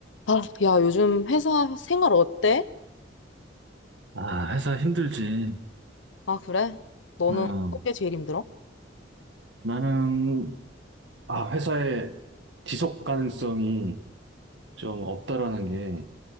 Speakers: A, on the left; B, on the right.
A: 아, 야, 요즘 회사 생활 어때?
B: 아, 회사 힘들지.
A: 아, 그래? 너는
B: 어,
A: 어떤 게 제일 힘들어?
B: 나는, 아, 회사의 지속 가능성이 좀 없다라는 게